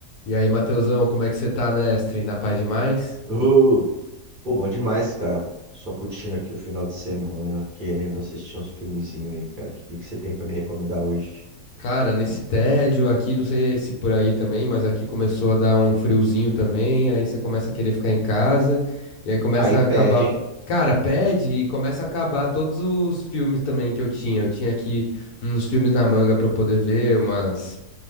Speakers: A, on the left; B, on the right.
A: E aí, Matheusão, como é que você tá, mestre? Na paz demais?
B: Ô, pô, bom demais, cara. Só curtindo aqui o final de semana, querendo assistir uns filmezinhos aí, cara. O que que você tem pra me recomendar hoje?
A: Cara, nesse tédio aqui, não sei se por aí também, mas aqui começou a dar um friozinho também, aí você começa a querer ficar em casa, e aí começa
B: Aí pede,
A: a acabar.
B: hein?
A: Cara, pede e começa a acabar todos os filmes também que eu tinha. Eu tinha aqui uns filmes na manga pra eu poder ver, umas